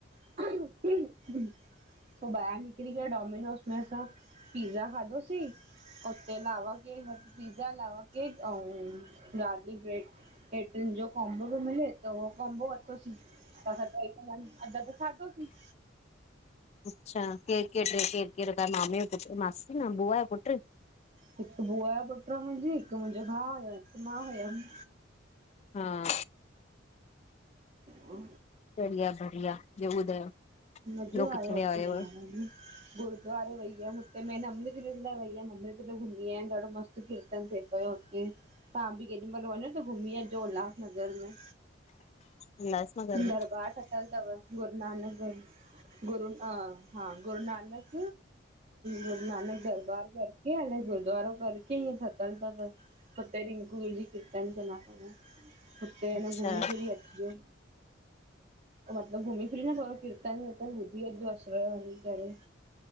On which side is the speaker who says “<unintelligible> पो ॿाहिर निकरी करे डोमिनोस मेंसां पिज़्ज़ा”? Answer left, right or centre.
Right